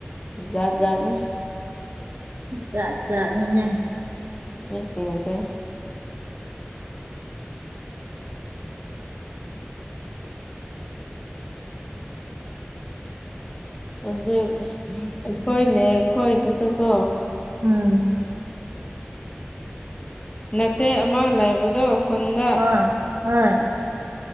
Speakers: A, on the left (about 25°); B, on the right (about 70°).
A: ꯖꯥꯠꯖꯥꯠꯅꯤ
B: ꯖꯥꯠ ꯖꯥꯠꯅꯤꯅꯦ
A: ꯃꯤꯁꯤꯡꯤꯡꯁꯦ ꯑꯗꯨ ꯑꯩꯈꯣꯏꯅꯦ ꯑꯩꯈꯣꯏꯗꯁꯨꯀꯣ
B: ꯎꯝ
A: ꯅꯆꯦꯠ ꯑꯃ ꯂꯩꯕꯗꯣ ꯈꯨꯟꯗ
B: ꯍꫭꯏ ꯍꯣꯏ